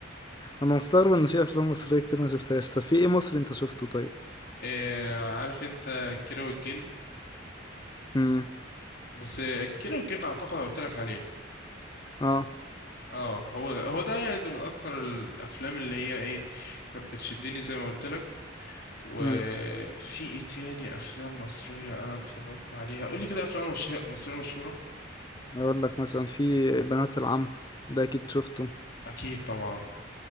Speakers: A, on the left (about 20°); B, on the left (about 55°).
A: انا مستغرب ان في افلام مصريه كتير ما شفتهاش طب في ايه مصري انت شفته طيب
B: آه، عارف انت كيرة والجن
A: امم
B: بس آه، كيرة والجن اعتقد أنا قلت لك عليه
A: اه
B: اه هو ده هو ده يعني ده من اكتر الافلام اللي هي ايه كانت بتشدني زي ما قلت لك وفي
A: امم
B: ايه تاني افلام مصريه انا اتفرجت عليها قول لي كده افلام مصريه مصريه مشهوره
A: اقول لك مثلا في بنات العم ده اكيد شفته
B: اكيد طبعا